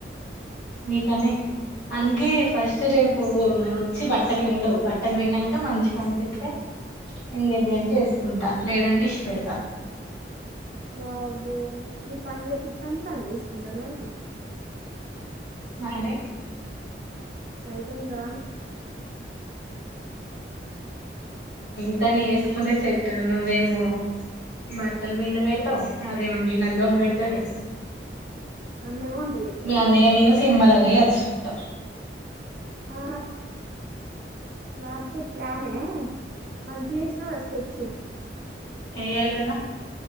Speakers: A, on the left (about 70°); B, on the right (about 55°).
A: నీకానే అందుకే ఫస్ట్ రేపు వచ్చి బట్టలుపిండు బట్టలు పిండినంక మంచిగా అనిపిత్తే ఎంగేజ్మెంట్ చేసుకుంటా లేదంటే ఇషి పెడతా
B: వామ్మో నవ్ పని చేపిస్తాంటే నను తిసుకుంటనావా అయితే
A: మరే
B: అయితే నేన్ రాను
A: దాన్ని ఎస్కుంటే సెట్ నువ్వేమో బట్టల్ పిండి పెడతావ్ అదేమో గిన్నెలు తోమి బేడతది
B: అన్నేమో వంట చేత్తడా
A: మీ అన్నయానేను సినిమాలా అచ్చిత్తం
B: ఆ వాంటే ప్లాన్ ఎ మంచిగా చేసినావ్ గా స్కెచ్చు
A: ఎయ్యాలి కదా